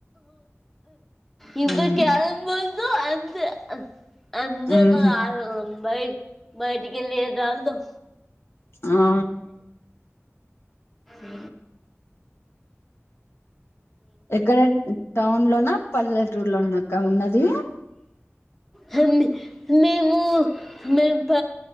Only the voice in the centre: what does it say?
ఇంట్లో
కరొమ్ బోర్డు ఎ అంత అంతగ
ఆడడం బై బైటికెళ్ళి యద్ ఆడదం
ఇ
హండి మేము మేమ్ ప